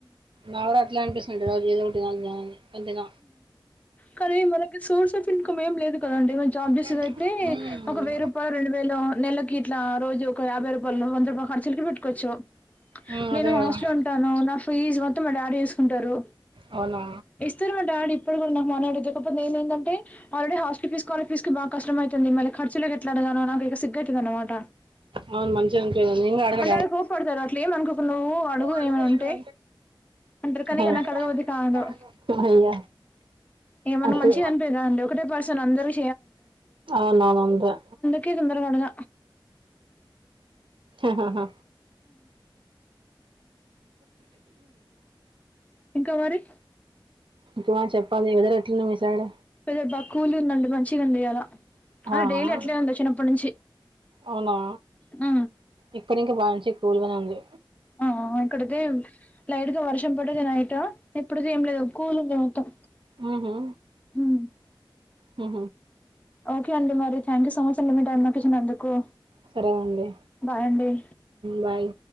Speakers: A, on the right (about 70°); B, on the left (about 15°).
A: నాక్కూడా అట్లే అపిస్తుంది ఏదో ఒకటి తినాలి తినాలి అని కానీ తిన
B: కానీ మనకి సోర్స్ ఆఫ్ ఇన్కమ్ ఏం లేదు కదండి మం జాబ్ చేసేది
A: కానీ
B: అయితే
A: తినం
B: ఒక వెయ్యి రూపాయలో రెండు వేలో నెలకి ఇట్లా రోజు ఒక యాభై రూపాయలు వంద రూపాయలు ఖర్చులకి పెట్టుకోవచ్చు
A: మ్మ్
B: నేను
A: అదే కదా
B: హాస్టల్ ఉంటాను నా ఫీజ్ మొత్తం మా డాడీ చూసుకుంటారు
A: అవునా
B: ఇస్తారు మా డాడీ ఇప్పుడు కూడా నాకు మనీ కాపోతే నేను ఏందంటే ఆల్రెడీ హాస్టల్ ఫీస్ స్కాలర్ ఫీస్కి కష్టం అవుతుంది మళ్ళ ఖర్చులకి ఎట్లా ఆడగాల నాకు ఇక సిగ్గువుతుంది అనమాట
A: అవును మంచిగా అనిపియదు నేను కూడా అడగ
B: మా డాడీ కోప్పడతారు అట్లే ఏమనుకొకు నువ్వు అడుగు
A: పడుకోనియ్యవా
B: ఏమైనా ఉంటే అంటారు కానీ
A: వాన్ని
B: ఇక నాకు అడగబుద్ధి కాదు ఇక మనకు
A: అదు
B: మంచిగా అనిపియదు కదండి ఒకటే పర్సన్ అందరూ
A: అవునవును రా
B: కి తొందరగా అడగ
A: ఆాా
B: ఇంకా మరి
A: ఇంకా చెప్పాలి వెదర్ ఎట్లుంది మీ సైడ్
B: వెదర్ బాగా కూల్ ఉందండి మంచిగా ఉందియ్యాల అంటే
A: ఆ
B: డైలీ అట్లే ఉంది వచ్చినప్పటి నుంచి
A: అవునా
B: ఉ
A: ఇప్పుడు ఇంకా బాగా మంచి కూల్ గానే ఉంది
B: ఆ ఇక్కడితే లైట్ గా వర్షం పడింది నైట్ ఇప్పుడుది ఏం లేదు కూలు మొత్తం
A: ఉహు
B: మ్
A: మ్
B: ఓకే అండి మరి థ్యాంక్యూ సోమచండి మీ టైం మాకు ఇచ్చినందుకు
A: సరేనండి
B: బాయ్ అండి
A: బాయ్